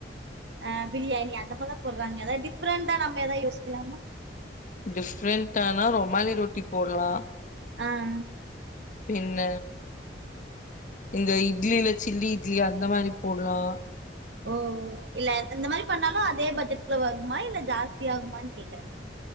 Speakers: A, on the right (about 70°); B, on the left (about 45°).
A: ஆ பிரியாணி அந்த மாரிதா போட்றாங்க ஏதாவது டிஃப்ரண்ட்டா நம்ம எதா யோசிக்கலாமா
B: டிஃப்ரண்டானா ரொமாலி ரொட்டி போட்லா
A: ஆ ஆ
B: பின்ன இந்த இட்லில சில்லி இட்லி அந்த மாதி போட்லா
A: ஓ இல்ல அந்த மாரி பண்ணாலு அதே பட்ஜட் குல்ல வருமா இல்ல ஜாஸ்தியாகுமான் கேக்குறே